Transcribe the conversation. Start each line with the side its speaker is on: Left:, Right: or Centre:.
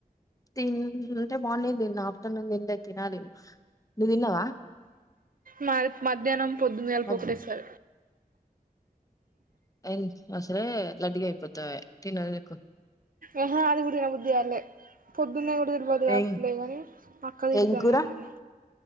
Left: తీంటె మార్నింగ్ దిన్న ఆఫ్టర్నూన్ దిన్లే తినాలి నువ్వు తిన్నావా
Right: మాది మధ్యాహ్నం పొద్దున్న గలిపి
Left: మద్
Right: ఒకటే సారి
Left: అయిన్ అసలే లడ్డు గయిపోతావె తినకు
Right: అహా అది గూడ దినబుద్ది గాట్లె పొద్దున్న గూడ దినబుద్ధి గావట్లే
Left: ఏం
Right: గనీ అక్క తిడతాంది.
Left: ఏం కూర
Right: అని తిన్న